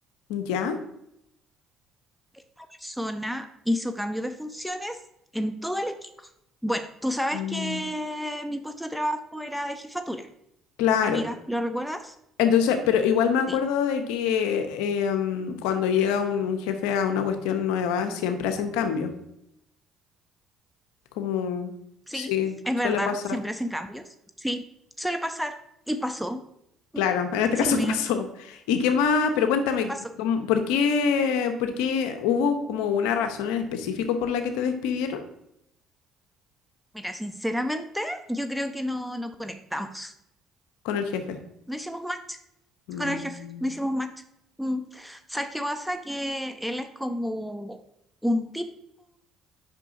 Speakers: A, on the left; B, in the centre.
A: ¿Ya?
B: La persona hizo cambio de funciones en todo el equipo. Bueno, tú sabes
A: Mm.
B: que mi puesto de trabajo era de jefatura,
A: Claro.
B: amiga, ¿lo recuerdas?
A: Entonces, pero igual me acuerdo
B: Sí.
A: de que eh, mm, cuando llega un, un jefe a una cuestión nueva, siempre hacen cambio. Como,
B: Sí,
A: sí,
B: es
A: suele
B: verdad,
A: pasar.
B: siempre hacen cambios. Sí, suele pasar y pasó. Mm,
A: Claro, en este
B: Sí,
A: caso
B: amiga,
A: <laughs> pasó. ¿Y qué más? Pero cuéntame,
B: pasó.
A: ¿cómo- ¿por qué, por qué hubo como una razón en específico por la que te despidieron
B: Mira, sinceramente, yo creo que no, no conectamos.
A: con el jefe?
B: No hicimos match
A: Mm.
B: con el jefe, no hicimos match. Mm. ¿Sabes qué pasa? Que él es como un tipo,